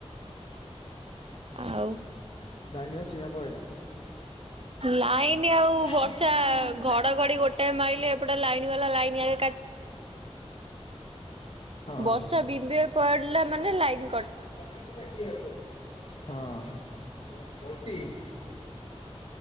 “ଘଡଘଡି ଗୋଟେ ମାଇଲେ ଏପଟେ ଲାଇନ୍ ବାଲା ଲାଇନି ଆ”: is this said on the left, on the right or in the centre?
Right